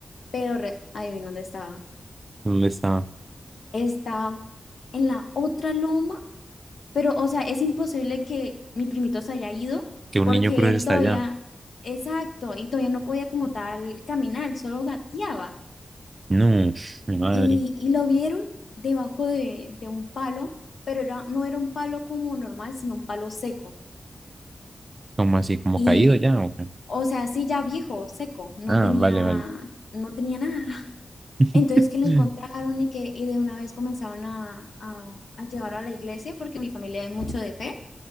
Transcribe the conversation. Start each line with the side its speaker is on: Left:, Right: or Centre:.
Left: Pero re- adivina dónde estaba.
Right: ¿dónde estaba?
Left: Estaba en la otra loma, pero o sea, es imposible que mi primito se haya ido
Right: Que un
Left: porque
Right: niño cruce
Left: él
Right: hasta
Left: todavía,
Right: allá.
Left: exacto, y todavía no podía como tal caminar, solo gateaba.
Right: No, mi madre.
Left: y, y lo vieron debajo de, de un palo, pero era, no era un palo como normal, sino un palo seco.
Right: ¿Cómo así? ¿Como
Left: Y,
Right: caído ya? o qué?
Left: o sea, sí, ya viejo, seco, no
Right: Ah,
Left: tenía,
Right: vale, vale.
Left: no tenía nada. <laughs>
Right: <laughs>
Left: Entonces que lo encontraron y que y de una vez comenzaron a, a, a llevarlo a la iglesia porque mi familia es mucho de fe